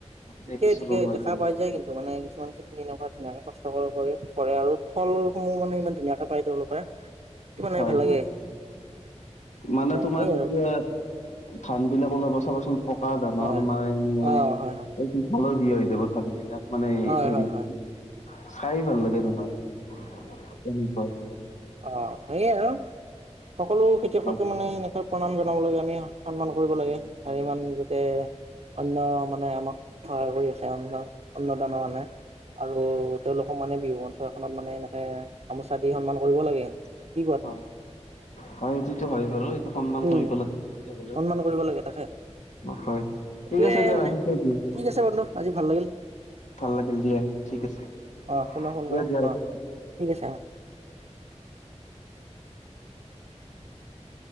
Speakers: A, on the right; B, on the left.
A: ঠিকেই
B: দেখিছিলো
A: ঠিকে
B: মই
A: দেখা
B: তাৰমানে
A: পাই যায় কিন্তু মানে কিছুমান খেতি এনেকুৱা ধুনীয়াকে কষ্ট কৰে কৰেৰে আৰু ফলসমূহ মানে ইমান ধুনীয়াকে পায় তেওঁলোকে সেইটো মানে
B: হয়
A: ভাল লাগে
B: হা, মানে তোমাৰ
A: সেই
B: যেতিয়া
A: আৰু
B: ধান বিলাক ওলাব চাবচোন পকা ধানৰ
A: হয়
B: মাজে মাজে
A: অ হয় হয়
B: সৰু কি হৈ যাব ধান বিলাক মানে
A: হয়
B: এৰি
A: হয়
B: দিছে
A: হয়
B: চাই
A: ঠিকে ঠিকে
B: ভাল লাগে তোমাক তেনেকুৱা কে
A: অহ সেইয়াই আৰু সকলো খেতিয়ককে
B: ভাল
A: মানে এনেকে প্ৰণাম জনাব লাগে আমি সন্মান কৰিব লাগে আৰু ইমান যাতে অন্ন মানে আমাক সহায় কৰি আছে অন্ন অন্ন দানৰ কাৰনে আৰু তেওঁলোকক মানে বিহু মঞ্চ এখনত মানে এনেকে গামোচা দি সন্মান কৰিব লাগে। কি কোৱা তুমি
B: হয় হয় এইটোতো হয় বাৰু সন্মান
A: উম,
B: কৰিব লাগে হলেও
A: সন্মান কৰিব লাগে তাকে
B: হয়
A: এইটোয়ে
B: ঠিক আছে দিয়া
A: মানে
B: ৰাখিম থৈ দিওঁ।
A: ঠিক আছে বন্ধু আজি ভাল লাগিল
B: ভাল লাগিল দিয়া ঠিক আছে,
A: অ' পুনৰ ফোন
B: দিয়া
A: কৰিম
B: দিয়া ৰাখিছোঁ।
A: অ' ঠিক আছে <unintelligible> <unintelligible>